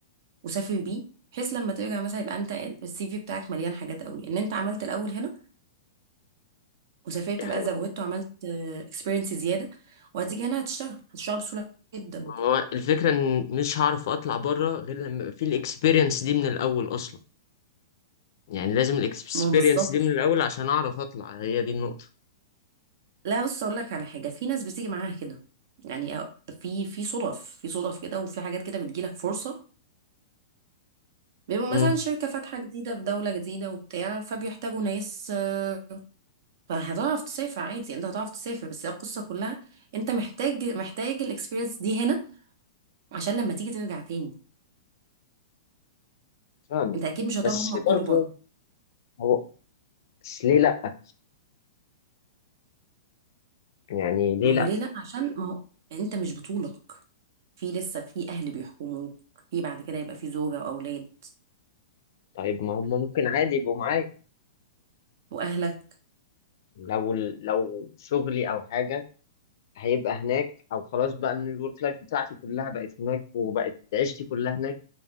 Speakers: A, on the right (about 55°); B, on the left (about 60°).
A: وسافر بيه بحيث لما ترجع مثلا يبقى انت السي في بتاعك مليان حاجات قوي ان انت عملت الاول هنا وسافرت
B: دي حقيقة
A: بقى زودت وعملت اكسبيرينس زياده وهتيجي هنا هتشتغل هتشتغل بسهوله جدا
B: هو الفكرة إن مش هعرف أطلع بره غير لما يبقى في الإكسبيرينس دي من الأول أصلا يعني لازم الاكسبيرينس
A: ما بالظبط
B: دي من الاول عشان اعرف اطلع هي دي النقطة
A: لا بص اقول لك على حاجه في ناس بتيجي معاها كده يعني أو- في في صدف في صدف كده وفي حاجات كده بتجيلك فرصه بيبقوا مثلا
B: مم.
A: شركه فاتحه جديده في دوله جديده وبتاع فبيحتاجوا ناس آه، فهتعرف تسافر عادي انت هتعرف تسافر بس هي القصه كلها انت محتاج محتاج الاكسبيرينس دي هنا عشان لما تيجي ترجع تاني
B: فاهمك
A: انت اكيد مش هتقعد
B: بس
A: عمرك كله
B: برضه هو بس ليه لأ يعني ليه
A: ما هو
B: لأ
A: ليه لا عشان ما هو انت مش بطولك في لسه في اهل بيحكموك في بعد كده يبقى في زوجة واولاد
B: طيب ما هم ممكن عادي يبقوا معايا
A: واهلك
B: لو لو شغلي أو حاجة هيبقى هناك أو خلاص بقى إن الورك لايف بتاعتي كلها بقت هناك وبقت عيشتي كلها هناك